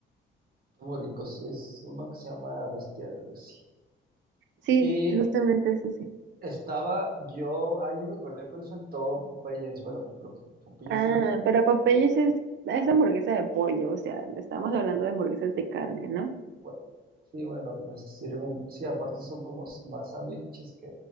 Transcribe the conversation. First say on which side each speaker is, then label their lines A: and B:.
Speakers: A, on the right; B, on the right.
A: está muy rico, es es uno que se llama bestial, algo así.
B: Sí,
A: Y
B: justamente es ese.
A: Estaba yo, ah, ya me acordé cuál faltó, Popeyes, bueno, pero P- Popeyes
B: Ah,
A: sirve como,
B: pero Popeyes es, es hamburguesa de pollo, o sea, estamos hablando de hamburguesas de carne, ¿no?
A: bueno, sí, bueno, pues sirven, sí, aparte son como s- más sándwiches que,